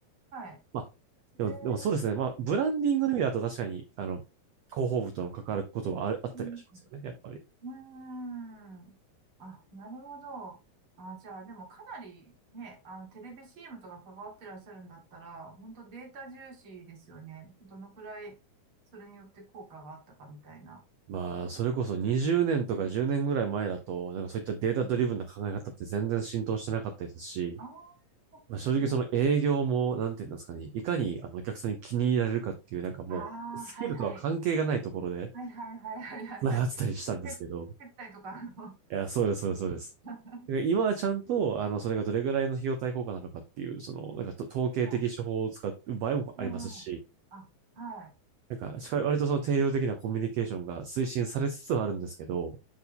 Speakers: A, on the right; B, on the right.
A: は
B: まあ、
A: い。
B: でも、
A: ええ
B: でもそうですね。まあ、ブランディングの意味だと確かに、あの、広報部との関わることはあるあったりはしますよね、
A: うんうん
B: やっぱり。
A: うーん。あ、なるほど。あ、じゃあ、でもかなりね、あの、テレビ CM とか関わってらっしゃるんだったら、本当データ重視ですよね。どのくらい、それによって効果があったかみたいな。
B: まあ、それこそ20年とか10年ぐらい前だと、
A: うん
B: なんかそういったデータドリブンな考え方って全然浸透してなかったですし、
A: うんああ、
B: まあ、正直その営業も、
A: えー
B: なんていうんですかね、いかにあのお客さんに気に入られるかっていう、なんかもう、
A: あ
B: スキルとは関係がないところで、
A: あ、はいはい。はいはいはいはいはいはい。
B: なかったりしたんですけど。
A: 接接待とか、あの
B: いや、そうです、そうです、そうです。
A: <laughs>
B: 今はちゃんと、あの、それがどれぐらいの費用対効果なのかっていう、その、なんかと統計的手法を使う場合もありますし、
A: はい。うんうん。あ、はい。
B: なんか、しか割とその定量的なコミュニケーションが推進されつつあるんですけど、